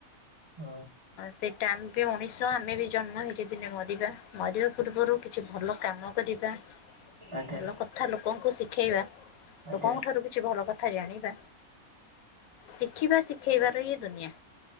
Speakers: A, on the right; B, on the left.
A: ହଁ
B: ସେଟା ଏବେ ମଣିଷ ଆମେ ବି ଜନ୍ମ ହେଇଛ ଦିନେ ମରିବା ମରିବା ପୂର୍ବରୁ କିଛି ଭଲ କାମ କରିବା
A: ଆଜ୍ଞା
B: ଭଲ କଥା ଲୋକଙ୍କୁ ଶିଖେଇବା
A: ଆଜ୍ଞା
B: ଲୋକଙ୍କ ଠାରୁ କିଛି ଭଲ କଥା କଥା ଜାଣିବା ଶିଖିବା ଶିଖେଇବାର ଇଏ ଦୁନିଆ